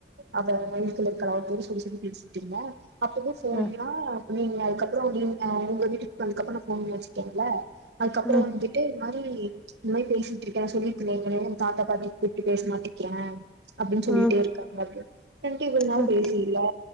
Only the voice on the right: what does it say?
அத வய்த்துல இருக்கலா கொடிச் கொடிச் சொல்லி பேசிட்டீங்களா அப்பதா சொன்னா
நீங்க அதுக்கப்புறோ நீங்க உங்க வீட்டுக்கு வந்தது அப்புறோ நா ஃபோன் வெச்சுட்டன்ல அதுக்கப்றோ
வந்துட்டு இந்த மாரி இந்த மாரி பேசிட்டுருக்கே சொல்லிருக்கிங்களா தாத்தா பாட்டி கூப்ட்டு பேசமாட்டிக்கிற அப்டின்னு
சொல்லிட்டே இருக்காங்க அப்டின்னு வன்ட்டு இவ்ளோ நாளா
பேசிலியா